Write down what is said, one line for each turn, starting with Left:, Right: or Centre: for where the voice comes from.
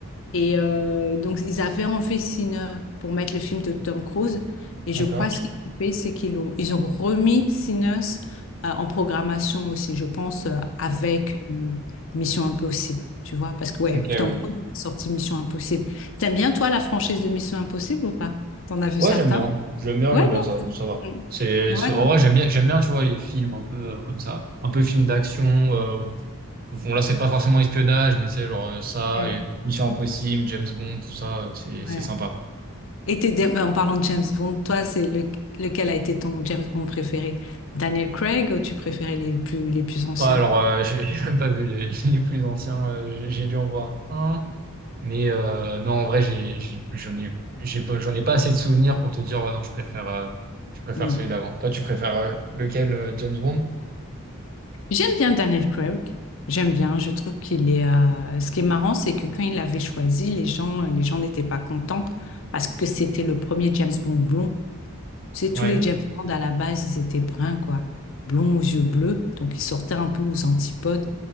Left: Et euh, donc, ils avaient enlevé Sinner pour mettre le film de Tom Cruise. Et je
Right: d'accord.
Left: crois ce qu'ils ont fait, c'est qu'ils l'ont, ils ont remis Sinners euh, en programmation aussi, je pense, euh, avec
Right: Ouais.
Left: euh, Mission Impossible. Tu vois, parce que ouais,
Right: Ok,
Left: Tom
Right: ouais.
Left: Cruise a sorti Mission Impossible. T'aimes bien, toi, la franchise de Mission Impossible ou pas? T'en as vu
Right: Ouais,
Left: certains?
Right: j'aime bien. J'aime bien,
Left: Ouais,
Right: j'aime bien, ça,
Left: non.
Right: ça va. C'est,
Left: Mm.
Right: c'est-
Left: Ouais,
Right: en
Left: non.
Right: vrai, j'aime bien, j'aime bien, tu vois, les films un peu euh, comme ça. Un peu films d'action. euh, bon, là, c'est pas forcément espionnage, mais tu sais, genre euh, ça,
Left: Ouais,
Right: et Mission Impossible, James Bond, tout ça, euh, c'est, c'est
Left: ouais.
Right: sympa.
Left: Et t'es, en parlant de James Bond, toi, c'est le- lequel a été ton James Bond préféré? Daniel Craig ou tu préférais les plus, les plus anciens?
Right: Ouais, alors, euh, <laughs> j'ai j'ai même pas vu les, les plus anciens. euh, j'ai dû en voir un. Mais euh, non, en vrai, j'ai, j'ai- j'en ai, j'ai pas, j'en ai pas assez de souvenirs pour te dire, oh non, je préfère, euh, je préfère
Left: Ouais.
Right: celui d'avant. Toi, tu préfères euh, lequel, euh, James Bond?
Left: J'aime bien Daniel Craig. J'aime bien. Je trouve qu'il est. euh, Ce qui est marrant, c'est que quand il l'avait choisi, les gens, les gens n'étaient pas contents parce que c'était le premier James Bond blond. C'est tous
Right: Ouais.
Left: les James Bond à la base, ils étaient bruns, quoi, blonds aux yeux bleus. Donc ils sortaient un peu aux antipodes.